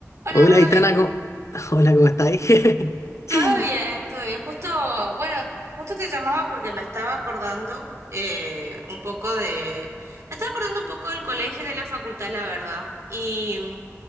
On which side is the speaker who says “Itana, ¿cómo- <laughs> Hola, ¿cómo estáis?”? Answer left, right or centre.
Left